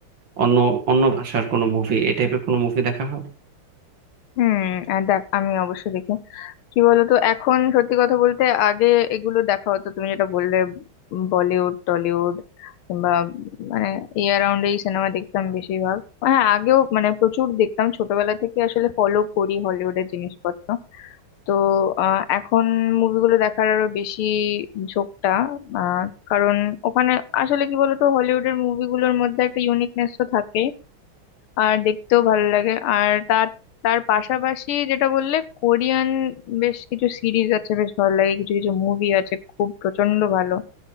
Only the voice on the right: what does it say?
অন্য অন্য ভাষার কোনো মুভি এই টাইপের কোনো মুভি দেখা হয়